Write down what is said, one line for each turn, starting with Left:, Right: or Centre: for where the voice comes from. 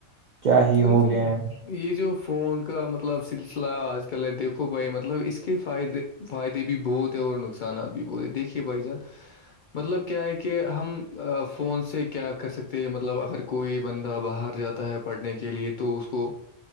Right: کیا ہی
Left: بالکل
Right: ہو گئے ہیں
Left: یہ جو فون کا مطلب سلسلہ آج کل ہے دیکھو بھائی مطلب اس کے فائدے فائدے بھی بہت ہے اور نقصانات بھی بہت ہیں دیکھیے بھائی جان مطلب کیا ہے کہ ہم فون سے کیا کر سکتے ہیں مطلب اگر کوئی بندہ باہر جاتا ہے پڑھنے کے لیے تو اس کو